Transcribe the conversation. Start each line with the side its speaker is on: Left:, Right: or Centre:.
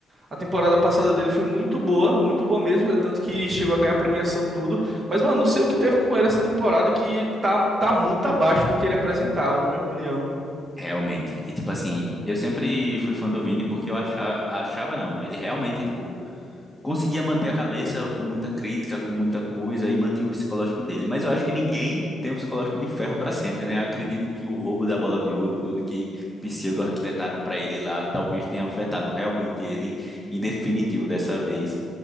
Right: A temporada passada dele foi muito boa, muito boa mesmo, né? Tanto que chegou a ganhar premiação, tudo. Mas, mano, não sei o que teve com ele essa temporada que tá, tá muito abaixo do que ele apresentava, na minha opinião.
Centre: realmente. E tipo assim, eu sempre fui fã do Vini porque eu achava, achava não, ele realmente tipo conseguia manter a cabeça com muita crítica, com muita coisa e mantinha o psicológico dele. Mas eu acho que ninguém tem um psicológico de ferro para sempre, né? acredito que o roubo da bola de ouro, tudo que pseudo arquitetaram para ele lá, talvez tenha afetado realmente ele em definitivo dessa vez.